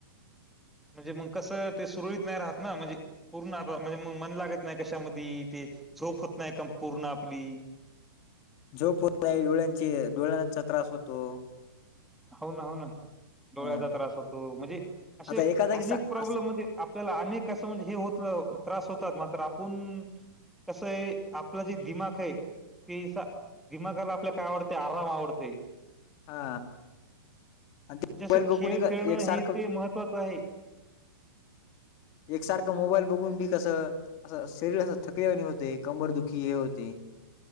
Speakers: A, in the centre; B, on the left.
A: म्हणजे मग कसं ते सुरळीत नाही राहात ना म्हणजे पूर्ण आप म्हणजे मग मन लागतं नाही कशामध्ये ते झोप होत नाही का पूर्ण आपली
B: जो झोप डोळ्यांची डोळ्यांचा त्रास होतो.
A: हो ना हो ना डोळ्याचा
B: अ
A: त्रास होतो म्हणजे असे
B: आता एका जागी
A: अनेक
B: सा
A: प्रॉब्लेम
B: अस
A: म्हणजे आपल्याला अनेक असं म्हणजे हे होत त्रास होतात मात्र आपण कसं आहे आपलं जे दिमाग आहे ते दिमागाला आपल्याला काय आवडते आराम आवडते
B: हा आणि ते मोबाईल
A: जसं
B: बघून
A: खेळ
B: एक
A: खेळणं
B: एकसारखं
A: हे ते महत्त्वाचं आहे
B: एकसारखं मोबाईल बघून बी कसं असं शरीर असं थकल्यावाणी होते कंबर दुखी हे होते.